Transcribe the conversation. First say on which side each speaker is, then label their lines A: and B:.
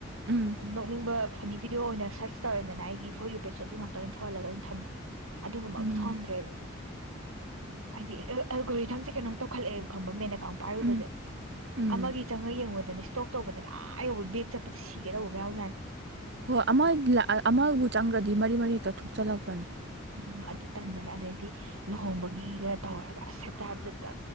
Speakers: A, on the right; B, on the right.
A: ꯎꯝ
B: ꯅꯣꯛꯅꯤꯡꯕ ꯐꯅꯤ ꯚꯤꯗꯤꯑꯣ ꯑꯣꯏꯅ ꯁꯔꯁꯆ ꯇꯧꯔꯦꯗꯅ ꯑꯩꯒꯤ ꯐꯣꯔ ꯌꯨ ꯄꯦꯖ ꯑꯗꯨ ꯉꯥꯛꯇ ꯑꯣꯏꯅ ꯊꯣꯛꯍꯜꯂꯒ ꯑꯣꯏꯅ ꯊꯝꯃꯦ ꯑꯗꯨꯒꯨꯝꯕ
A: ꯎꯝ
B: ꯑꯝꯇ ꯊꯣꯛꯍꯟꯗ꯭ꯔꯦ ꯍꯥꯏꯗꯤ ꯑꯦꯜ ꯑꯦꯜꯒꯣꯔꯤꯊꯝꯁꯦ ꯀꯩꯅꯣꯝ ꯇꯧꯈꯠꯂꯛꯑꯦꯕ ꯈꯪꯕ꯭ꯔꯥ ꯃꯦꯟ ꯑꯦꯀꯥꯎꯟ ꯄꯥꯏꯔꯨꯕꯖꯦ
A: ꯎꯝ ꯎꯝ
B: ꯑꯃꯒꯤ ꯆꯪꯉ ꯌꯦꯡꯉꯨꯕꯗꯅꯦ ꯏꯁꯇꯣꯛ ꯇꯧꯕꯗꯅꯦ ꯑꯥ ꯌꯧꯕ ꯕꯦꯒ ꯆꯠꯄꯗ ꯁꯤꯒꯦ ꯇꯧꯕꯒ ꯌꯥꯎꯖꯥꯅꯦ
A: ꯍꯣꯏ ꯑꯃꯒꯤ ꯂ ꯑ ꯑꯃꯕꯨ ꯆꯪꯒ꯭ꯔꯗꯤ ꯃꯔꯤ ꯃꯔꯤ ꯍꯦꯛꯇ ꯊꯣꯛꯆꯜꯂꯛꯄꯅꯤ
B: ꯎꯝ ꯑꯗꯨ ꯇꯟꯗꯅ ꯑꯗꯩꯗꯤ ꯂꯨꯍꯣꯡꯕꯒꯤꯒ ꯇꯧꯔꯒ ꯑꯁ ꯍꯦꯇꯥ ꯍꯥꯏꯞꯇꯦꯇ